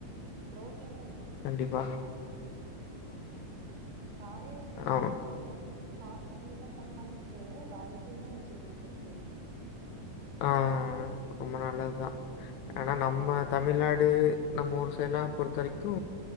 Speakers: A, on the right; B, on the left.
A: பு்ரோட்டினு இருக்கு
B: கண்டிபா
A: ஆமா காலைல எந்ச்சொனேவே
B: ஆமா.
A: காபி டீயல்லா கட் பண்ணிட்டு ராகியு தா வச்சி குடிக்கற்து
B: அ அ அ ரொம்ப நல்லதுதா
A: ம்.
B: ஆனா நம்ம
A: இப்ப-
B: தமிழ்நாடு நம்ம ஊர் சைட்ல்லா பொறுத்த வரிக்கு